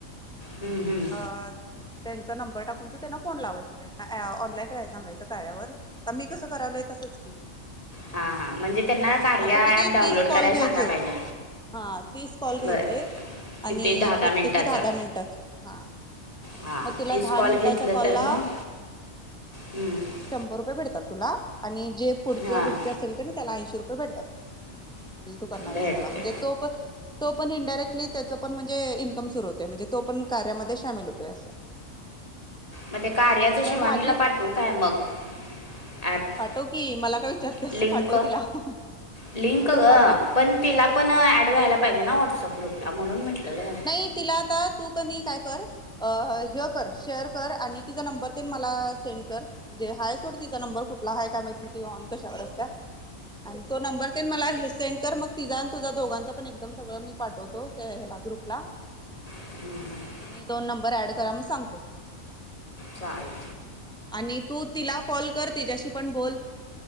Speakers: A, in the centre; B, on the left.
A: आणि
B: हम्म, हम्म.
A: अ त्यांचा नंबर टाकून तू त्यांना फोन लावायचा त्यांना अॅव ऑनलाईन राहायल सांगायचं कार्यावर. आ मी कसं करायला तसंच की.
B: हा म्हणजे त्यांना कार्य
A: असं किती
B: ऍप डाऊनलोड
A: तीस कॉल
B: करायला
A: घ्यायचेत
B: सांगा पाहिजे.
A: हा तीस कॉल घ्यायचे
B: बरं किती
A: आणि
B: दहा
A: प्रत्येकी
B: मिनटाचं
A: दहा, दहा, मिनिटाच हा.
B: हां
A: म तुला
B: तीस
A: दहा
B: कॉल
A: मिनिटाच्या
B: घेतलं
A: कॉल
B: तर
A: ला
B: मग हम्म,
A: शंभर रुपये भेडतात तुला आणि जे फुडच
B: हां
A: व्यक्ती असेल कनी त्याला ऐंशी रुपये भेटतात. तू करणार
B: भेटते
A: आहेस त्याला म्हणजे, तो पण तो पण इनडायरेक्टली त्याच पण म्हणजे इनकम सुरू होत. म्हणजे तो पण कार्यामध्ये शामील होतोय असं
B: मते कार्याच
A: मग
B: शिवानीला
A: भाग्य
B: पाठू काय मग? ॲप
A: पाठव की मला का विचारते असं
B: लिंक
A: पाठव तिला पाठव,
B: लिंक ग
A: पाठव,
B: पण तिला पण ऍड व्हायला पाहिजे ना, व्हॉट्सअप ग्रुपला म्हणून म्हटलं ग
A: नाही तिला आता तू कणी काय कर अ ह कर शेअर कर आणि तिचा नंबर तेन मला सेंड कर. म्हणजे हय सोड तिचा नंबर कुठला आहे काय माहिती ती ऑन कशावर असत्या. आणि तो नंबर तेन मला सेंड कर मग तिझा आणि तुझा दोघांचा पण एकदम सगळं मी पाठवतो हया ग्रुपला
B: <unintelligible>
A: आणि दोन नंबर ऍड करा मग सांगतो.
B: चालेल.
A: आणि तू तिला कॉल कर तिच्याशी पण बोल.